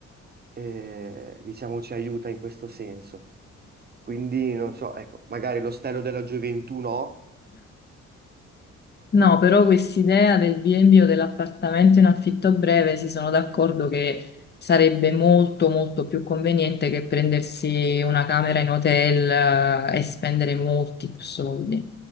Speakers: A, on the right; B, on the left.
A: eh, diciamo ci aiuta in questo senso. Quindi non so, ecco, magari l'ostello della gioventù no
B: No, però quest'idea del B&B o dell'appartamento in affitto breve si sono d'accordo che sarebbe molto molto più conveniente che prendersi una camera in hotel eh, e spendere molti più soldi.